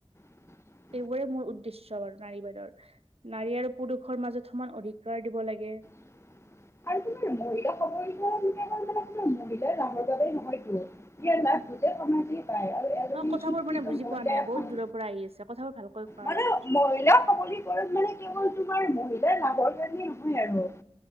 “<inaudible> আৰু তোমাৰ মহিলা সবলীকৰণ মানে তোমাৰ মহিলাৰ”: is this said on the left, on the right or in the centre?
Left